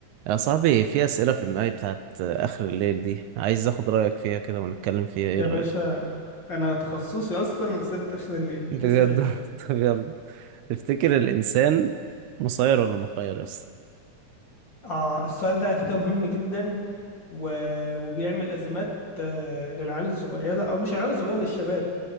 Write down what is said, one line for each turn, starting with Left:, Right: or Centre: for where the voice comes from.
Right: يا صاحبي في أسئلة في دماغي بتاعت آخر الليل دي عايز أخد رأيك فيها كده ونتكلم فيها إيه
Left: يا
Right: رأيك؟
Left: باشا انا تخصصي اصلا اسئله اخر الليل
Right: بجد
Left: اسال يا
Right: <laughs>
Left: باشا
Right: طب يلا تفتكر الإنسان مسير ولا مخير يا اسطى؟
Left: اه السؤال ده على فكره مهم جدا و... وبيعمل ازمات آه، للعيال الصغيره او مش العيال الصغيره للشباب